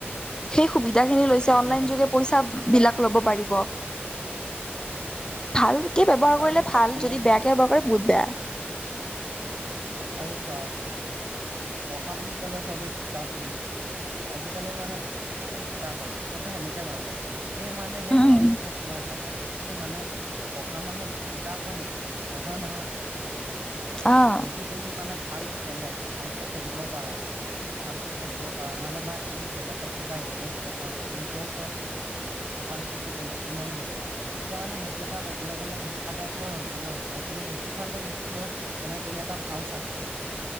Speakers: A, on the left (about 20°); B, on the right (about 75°).
A: সেই সুবিধা খিনি লৈছে
B: ঠিকে
A: অনলাইন
B: কৈছা
A: যোগে পইছা। বিলাক লব পাৰিব। ভালকে ব্যৱহাৰ
B: আৰু
A: কৰিলে
B: চোৱা
A: ভাল,
B: মোৰ
A: যদি বেয়াকে ব্যৱহাৰ কৰে,
B: অ
A: বহুত বেয়া।
B: আৰু চোৱা, পঢ়া বুলি ক'লে চবে কিতাপ বুলি কয়। আজিকালি মানে, মানে, কিতাপ আৰু চবে সেনেকে ভাবে। সেই মানে সেই
A: উম। উম।
B: ভাৱটো থাকিব নালাগে, কি মানে? পঢ়া মানে কি কিতাপ হয় নেকি? নহয় নহয়।
A: অঁ।
B: যি তুমি মানে, ভাল খেল হয় ভালকে খেলিব পাৰা। ভালকে খেলিব পাৰা, নহ'লে বা তুমি বেলেগত কিবা ইণ্টাৰেষ্ট বছা বা ইণ্টষ্টত- ভালকে কিবা ইনষ্ট্ৰুমেণ্ট বজোৱা। তেতিয়া মানে, সেইটো এটা ক'বলৈ গ'লে শিক্ষাৰ টাইপৰে হলগে ন? মানে তুমি সেইটো ফালে শিকিলেও- মানে তুমি এটা ভাল চাকচেচ।